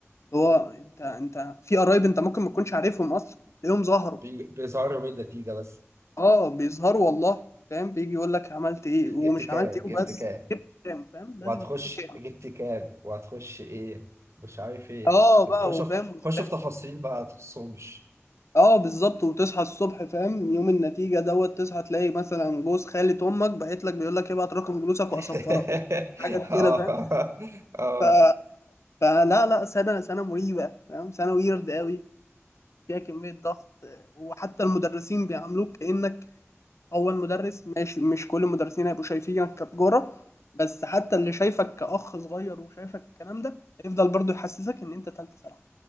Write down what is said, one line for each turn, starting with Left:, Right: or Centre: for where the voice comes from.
Left: اللي هو انت انت في قرايب انت ممكن ما تكونش عارفهم اصلا تلاقيهم ظهروا
Right: بي- بيظهروا من النتيجة بس
Left: اه بيظهروا والله فاهم بيجي يقول لك عملت ايه ومش
Right: جبت كام
Left: عملت ايه
Right: جبت
Left: وبس
Right: كام
Left: جبت كام فاهم لازم
Right: وهتخش
Left: جبت كام
Right: جبت كام وهتخش ايه مش عارف ايه
Left: اه بقى
Right: خش
Left: وفاهم
Right: في
Left: وبتاع.
Right: خش في تفاصيل بقى تخصهمش
Left: اه بالظبط وتصحى الصبح فاهم يوم النتيجة دوت تصحى تلاقي مثلا جوز خالة امك بعت لك بيقول لك ابعت رقم جلوسك واصفرك
Right: <laughs>
Left: حاجات
Right: اه
Left: كده فاهم
Right: اه
Left: ف... فلا لا سنة سنة مريبة فاهم سنة ويرد قوي فيها كمية ضغط وحتى المدرسين بيعاملوك كأنك أول مدرس ماشي مش كل المدرسين هيبقوا شايفينك كتجارة بس حتى اللي شايفك كأخ صغير وشايفك الكلام ده هيفضل برضه يحسسك إن أنت تالتة ثانوي